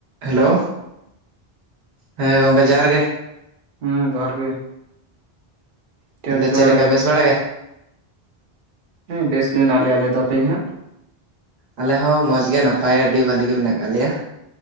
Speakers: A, on the right (about 80°); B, on the right (about 60°).
A: Hello. ᱦᱮᱸ ᱜᱚᱝᱠᱮ ᱡᱚᱦᱟᱨ ᱜᱮ᱾
B: ᱦᱮᱸ ᱡᱚᱦᱟᱨ ᱜᱮ᱾ ᱪᱮᱫ
A: ᱛᱟᱞᱦᱮ
B: ᱮᱢ ᱪᱤᱠᱟᱹ
A: ᱪᱮᱜ
B: ᱵᱟᱲᱟᱭ
A: ᱞᱮᱠᱟ
B: ᱫᱟ
A: ᱵᱮᱥ ᱵᱟᱲᱟ ᱜᱮ?
B: ᱦᱮᱸ ᱵᱮᱥ ᱜᱮ ᱢᱮᱱᱟᱜ ᱞᱮᱭᱟ ᱟᱞᱮ ᱫᱚ, ᱟᱯᱮ ᱜᱮ ᱦᱟᱸᱜ?
A: ᱟᱞᱮ ᱦᱚᱸ ᱢᱚᱸᱡᱽ ᱜᱮ ᱱᱟᱯᱟᱭ ᱜᱮ ᱟᱹᱰᱤ ᱵᱷᱟᱹᱞᱤ ᱜᱮ ᱢᱮᱱᱟᱜ ᱟᱠᱟᱜ ᱞᱮᱭᱟ᱾